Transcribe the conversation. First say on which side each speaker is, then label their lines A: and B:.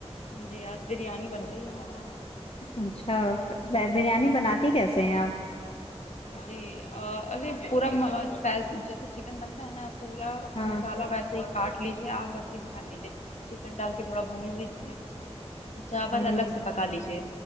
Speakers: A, on the left; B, on the left.
A: جی آس بریانی بنتی ل ہمے یہاں
B: اچھا بریانی بناتی کیسے ہیں آپ
A: جی ارے پورا جیسے چکن بنتا ہے نا <inaudible> پورا
B: ہاں
A: مسالہ ویسے ہی کاٹ لیجے آپ ویسے ہی بگا لیجے چکن ڈال کے تھوڑا بھون لیجے چاول
B: ہ
A: الگ سے پکا لیجیے